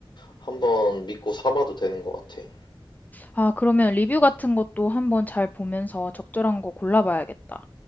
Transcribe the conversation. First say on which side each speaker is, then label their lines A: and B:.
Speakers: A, on the left (about 55°); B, on the left (about 20°).
A: 한번 믿고 사봐도 되는 것 같아.
B: 아, 그러면 리뷰 같은 것도 한번 잘 보면서 적절한 거 골라봐야겠다.